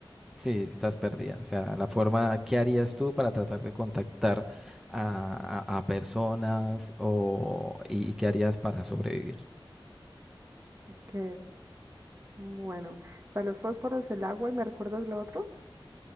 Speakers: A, in the centre; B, on the right.
A: Sí, estás perdida. O sea, la forma, ¿qué harías tú para tratar de contactar a, a- a personas o, y y qué harías para sobrevivir?
B: Ok. Bueno, o sea los fósforos, el agua y me recuerdas lo otro,